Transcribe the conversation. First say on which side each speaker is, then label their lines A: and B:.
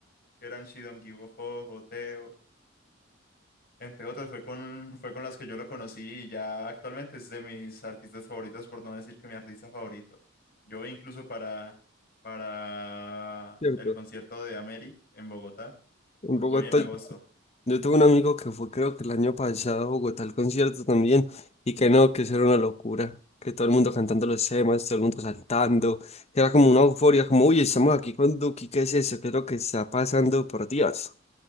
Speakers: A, on the left (about 50°); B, on the left (about 30°).
A: que eran She Don't Give a Fuck, Goteo. Entre otras, fue con, fue con las que yo lo conocí y ya actualmente es de mis artistas favoritos, por no decir que mi artista favorito. Yo incluso para, para
B: ¿cierto?
A: el concierto de Ameri en Bogotá,
B: En Bogotá,
A: voy en agosto.
B: yo tuve un amigo que fue, creo que el año pasado, a Bogotá al concierto también, y que no, que eso era una locura. Que todo el mundo cantando los temas, todo el mundo saltando. Era como una euforia, como, uy, estamos aquí con Duki, ¿qué es eso? ¿Qué es lo que está pasando? Por Dios.